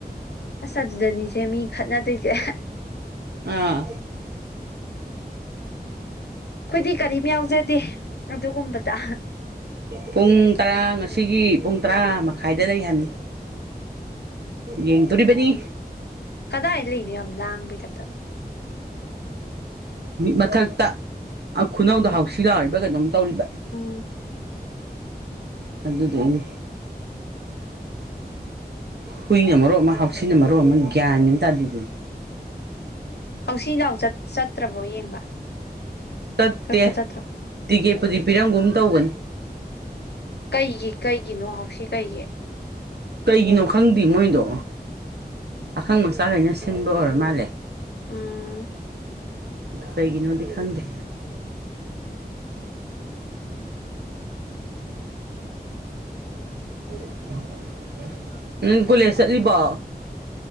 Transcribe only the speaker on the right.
ꯑꯥ
ꯄꯨꯡ ꯇꯔꯥ ꯉꯁꯤꯒꯤ ꯄꯨꯡ ꯇꯔꯥ ꯃꯈꯥꯏꯗ ꯂꯩ ꯍꯥꯏꯝꯅꯤ ꯌꯦꯡꯗꯣꯔꯤꯕꯅꯤ
ꯃꯤꯠ ꯃꯊꯛꯇ ꯑꯥ ꯈꯨꯅꯧꯗ
ꯍꯥꯎꯁꯤ ꯂꯥꯎꯔꯤꯕ ꯀꯩꯅꯣꯝ ꯇꯧꯔꯤꯕ
ꯑꯗꯨꯗꯨꯏꯅꯤ ꯍꯨꯏꯅ ꯃꯔ‌ꯣꯟ ꯑꯃ ꯍꯥꯎꯁꯤꯅ ꯃꯔ‌ꯣꯟ‌ ꯑꯃ ꯒꯌꯥꯟ ꯃ‌ꯦꯟ ꯑꯃ ꯇꯥꯗ‌ꯦ ꯗꯨꯗꯤ
ꯆꯠꯇꯦ
ꯇꯤꯀꯦꯠꯄꯨꯗꯤ ꯄꯤꯔꯝꯒꯨꯝ ꯇꯧꯕꯅꯤ
ꯀꯩꯒꯤꯅꯣ ꯈꯪꯗꯦ ꯃꯣꯏꯗꯣ ꯄꯈꯪ ꯃꯆꯥꯈꯩꯅ ꯁꯤꯟꯕ ꯑꯣꯏꯔ ꯃꯥꯜꯂꯦ
ꯀꯩꯒꯤꯅꯣꯗꯤ ꯈꯪꯗꯦ <unintelligible> ꯅꯪ ꯀꯣꯂꯦꯖ ꯆꯠꯂꯤꯕꯣ